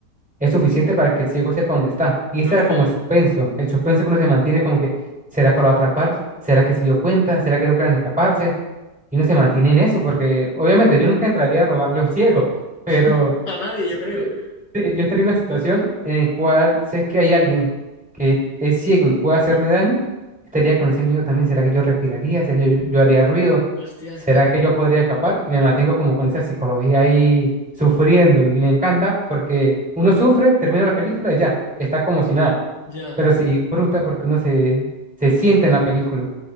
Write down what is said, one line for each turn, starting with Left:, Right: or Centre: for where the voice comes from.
Centre: es suficiente para que el ciego sepa dónde está. Y ese
Left: hostia.
Centre: era como el suspenso, el suspenso que uno se mantiene como que, ¿será que lo va a atrapar? ¿Será que se dio cuenta? ¿Será que logran escaparse? Y uno se mantiene en eso porque obviamente yo nunca entraría a robarle a un ciego, <laughs> pero...
Left: <laughs> A nadie,
Centre: Sí,
Left: yo creo.
Centre: sí, yo estaría en una situación en la cual sé que hay alguien que es ciego y puede hacerme daño. Estaría con ese miedo también. ¿Será que yo respiraría? ¿Será que yo, yo haría ruido?
Left: Hostia,
Centre: ¿Será
Left: claro.
Centre: que yo podría escapar? Y me mantengo como con esa psicología ahí sufriendo. Y me encanta porque uno sufre, termina la película y ya, está como si nada.
Left: Ya,
Centre: Pero se disfruta porque uno se, se siente en la película.